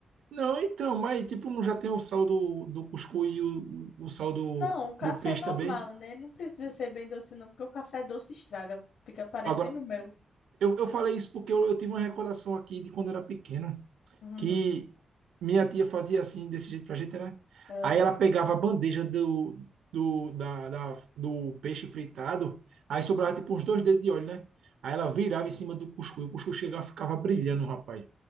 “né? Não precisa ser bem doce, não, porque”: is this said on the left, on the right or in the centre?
Left